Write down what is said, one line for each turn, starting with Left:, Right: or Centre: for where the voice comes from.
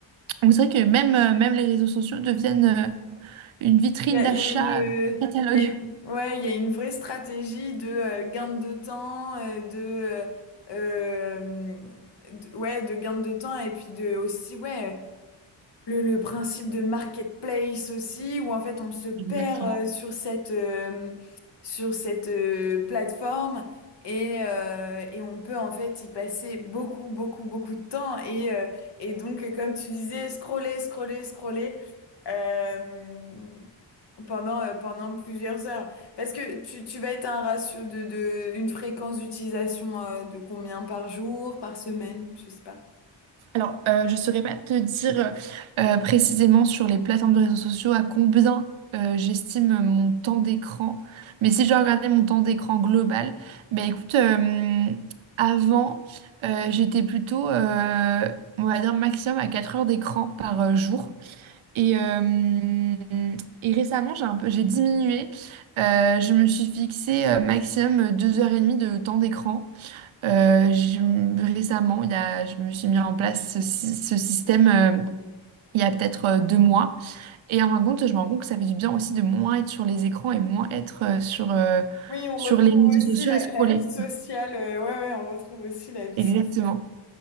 Right: Donc, c'est vrai que même, euh, même les réseaux sociaux deviennent euh, une vitrine
Left: Il y a,
Right: d'achat,
Left: il y a une, euh,
Right: euh, catalogue.
Left: il y a une- ouais, il y a une vraie stratégie de euh, gain de temps, euh, de, euh, euh, de- ouais, de gain de temps et puis de aussi, ouais. Le, le principe de marketplace aussi, où en fait on se perd
Right: Exactement.
Left: euh, sur cette, euh, sur cette euh, plateforme et, euh, et on peut en fait y passer beaucoup, beaucoup, beaucoup de temps. Et, euh, et donc, euh, comme tu disais, scroller, scroller, scroller euh, pendant, euh, pendant plusieurs heures. Parce que tu, tu vas être à un ratio de, de une fréquence d'utilisation euh, de combien par jour, par semaine, je sais pas.
Right: Alors, euh, je ne saurais pas te dire euh, euh, précisément sur les plateformes de réseaux sociaux à combien euh, j'estime mon temps d'écran. Mais si je regardais mon temps d'écran global, ben écoute, euh, avant, euh, j'étais plutôt, euh, on va dire, maximum à 4 heures d'écran par euh, jour. Et, euh, et récemment, j'ai un peu, j'ai diminué. Euh, je me suis fixé euh, maximum 2h30 de temps d'écran. Euh, je- récemment, il y a, je me suis mis en place ce, sy- ce système euh, il y a peut-être euh, deux mois. Et en fin de compte, je me rends compte que ça fait du bien aussi de moins être sur les écrans et moins être euh, sur, euh,
Left: Oui, on
Right: sur
Left: retrouve
Right: les réseaux
Left: aussi
Right: sociaux
Left: la,
Right: à scroller.
Left: la vie sociale. euh, ouais, ouais, on retrouve aussi la vie
Right: Exactement.
Left: sociale.